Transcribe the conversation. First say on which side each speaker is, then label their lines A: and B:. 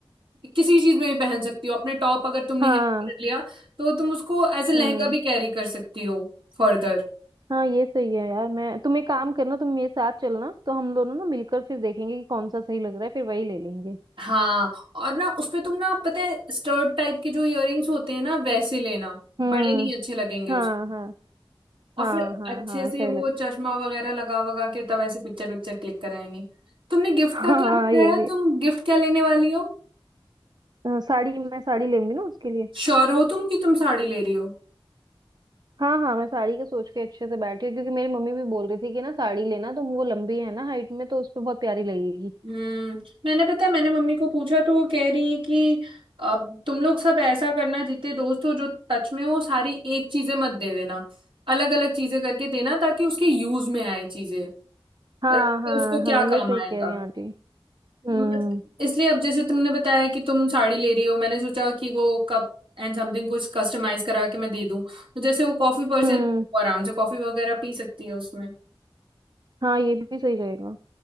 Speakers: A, on the right (about 65°); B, on the right (about 50°).
A: किसी चीज में भी पहन सकती हो अपने टॉप अगर तुमने
B: हाँ
A: हैवी कर लिया तो तुम उसको एज ए लहंगा
B: हम्म
A: भी कैरी कर सकती हो फर्दर
B: हाँ ये सही है यार मैं तुम एक काम करना तुम मेरे साथ चलना तो हम दोनों ना मिलकर फिर देखेंगे कि कौन सा सही लग रहा है फिर वही ले लेंगे
A: हाँ और ना उसमें तुम ना पता है स्टर्ड टाइप के जो इयररिंग्स होते हैं ना वैसे लेना
B: हम्म
A: बड़े नहीं अच्छे लगेंगे
B: हाँ
A: उसमें
B: हाँ
A: और
B: हाँ
A: फिर
B: हाँ
A: अच्छे
B: हाँ
A: से
B: सही
A: वो
B: लग
A: चश्मा वगैरह लगा वगा के तब ऐसे पिक्चर विक्चर क्लिक कराएंगे तुमने गिफ्ट
B: हाँ
A: का क्या बताया
B: ये भी
A: तुम गिफ्ट क्या लेने वाली हो
B: है। अ, साड़ी मैं साड़ी लूंगी ना उसके लिए
A: श्योर हो तुम कि तुम साड़ी ले रही हो
B: हाँ हाँ मैं साड़ी का सोच के अच्छे से बैठी हूँ क्योंकि मेरी मम्मी भी बोल रही थी कि ना साड़ी लेना तो वो लंबी है ना हाइट में तो उस पे बहुत प्यारी लगेगी
A: हम्म मैंने पता है मैंने मम्मी को पूछा तो वो कह रही है कि अब तुम लोग सब ऐसा करना जितने दोस्त हो जो टच में हो सारी एक चीजें मत दे देना अलग अलग चीजें करके देना ताकि उसके यूज में आए चीजें
B: हाँ
A: रख के
B: हाँ
A: उसको क्या
B: हाँ ये
A: काम
B: सही
A: आएगा
B: कह रही हैं आंटी हम्म
A: मत- इसलिए अब जैसे तुमने बताया कि तुम साड़ी ले रही हो मैंने सोचा कि वो कप एंड समथिंग कुछ कस्टमाइज करा के मैं दे दूं तो जैसे वो कॉफी पर्सन
B: हम्म
A: आराम से कॉफी वगैरह पी सकती है उसमें
B: हाँ ये भी सही रहेगा